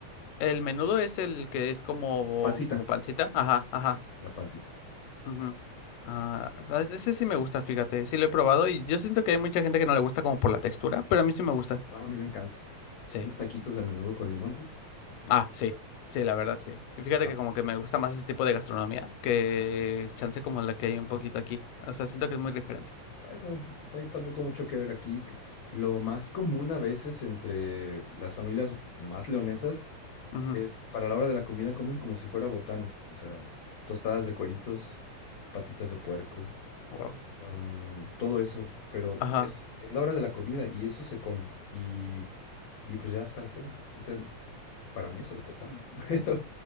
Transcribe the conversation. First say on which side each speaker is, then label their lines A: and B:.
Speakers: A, on the left; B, on the left.
A: El menudo es el que es como,
B: Pancita.
A: como pancita. Ajá, ajá.
B: Sí, la pancita.
A: ujú. Ah, ah, es- ese sí me gusta, fíjate. Sí lo he probado y yo siento que hay mucha gente que no le gusta como por la textura, pero a mí sí me gusta.
B: Ah, a mí me encanta.
A: Sí.
B: Unos taquitos de menudo con limón. Uf.
A: Ah, sí. Sí, la verdad, sí. Y fíjate
B: No,
A: que como que me gusta más ese tipo de gastronomía que chance como la que hay un poquito aquí. O sea, siento que es muy diferente.
B: eso no hay tampoco mucho que ver aquí. Lo más común a veces entre las familias más leonesas
A: Ujú, ujú.
B: es para la hora de la comida comen como si fuera botana. O sea, tostadas de cueritos, patitas de puerco
A: Wow.
B: mm, todo eso, pero
A: Ajá,
B: es, es la hora de la comida y eso se comen y, y pues ya hasta la cena. O sea, para mí eso es botana, <laughs> pero,